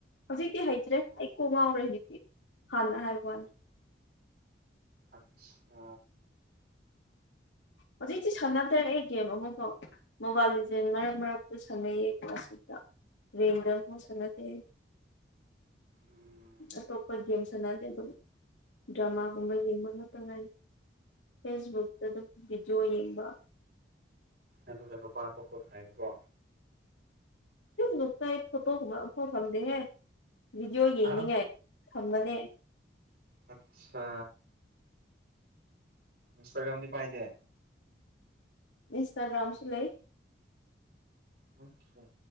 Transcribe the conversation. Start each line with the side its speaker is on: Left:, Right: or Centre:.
Left: ꯍꯧꯖꯤꯛꯇꯤ ꯍꯩꯇ꯭ꯔꯦ ꯑꯩ ꯀꯣꯛ ꯉꯥꯎꯔꯦ ꯍꯧꯖꯤꯛꯗꯤ ꯍꯥꯟꯅ ꯍꯥꯏꯕ ꯋꯥꯅꯤ
Right: ꯑꯠꯁꯥ
Left: ꯍꯧꯖꯤꯛꯇꯤ ꯁꯥꯟꯅꯗ꯭ꯔꯦ ꯑꯩ ꯒꯦꯝ ꯑꯃꯐꯥꯎ ꯃꯣꯕꯥꯏꯜ ꯂꯤꯖꯦꯟ ꯃꯔꯛ ꯃꯔꯛꯇ ꯁꯥꯟꯅꯩꯌꯦ ꯀ꯭ꯂꯥꯁꯤꯛꯇ ꯔꯦꯡꯗ ꯑꯃꯨꯛ ꯁꯥꯟꯅꯗꯦ
Right: ꯎꯝ
Left: ꯑꯇꯣꯞꯄꯥ ꯒꯦꯝ ꯁꯥꯟꯅꯗꯦ ꯑꯗꯨꯝ ꯗ꯭ꯔꯃꯥꯒꯨꯝꯕ ꯌꯦꯡꯕ ꯉꯥꯛꯇ ꯉꯥꯏ ꯐꯦꯁꯕꯨꯛ ꯑꯗꯨꯝ ꯚꯤꯗꯤꯑꯣ ꯌꯦꯡꯕ
Right: ꯑꯗꯨꯒ ꯅꯨꯨꯄꯥ ꯑꯇꯣꯄ ꯈꯥꯏꯕꯀꯣ
Left: ꯅꯣꯛꯇꯥꯏ ꯐꯣꯇꯣꯒꯨꯝꯕ ꯑꯝꯐꯥꯎ ꯊꯝꯗꯦꯍꯦ ꯚꯤꯗꯤꯑꯣ ꯌꯦꯡꯅꯤꯡꯉꯥꯏ
Right: ꯑꯍꯥ
Left: ꯊꯝꯕꯅꯦ
Right: ꯑꯥꯠꯁꯥ ꯏꯟꯁꯇꯥꯒ꯭ꯔꯥꯝꯗꯤ ꯄꯥꯏꯗꯦ
Left: ꯏꯟꯁꯇꯒ꯭ꯔꯥꯝꯁꯨ ꯂꯩ
Right: ꯑꯣꯀꯦ